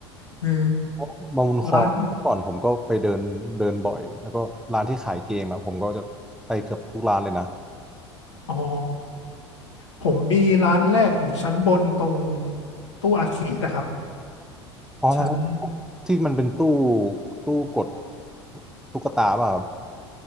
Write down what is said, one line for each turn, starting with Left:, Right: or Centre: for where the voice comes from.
Left: เออ
Centre: เพราะบางบุญครองเมื่อก่อนผมก็ไปเดินเดินบ่อยแล้วก็ร้านที่ขายเกมอะผมก็จะไปเกือบทุกร้านเลยนะ
Left: ร้านอ๋อผมมีร้านแรกอยู่ชั้นบนตรงตู้อาเขตนะครับ
Centre: อ๋อร้านนั้น
Left: ชั้น
Centre: ที่มันเป็นตู้ตู้กดตุ๊กตาป่ะครับ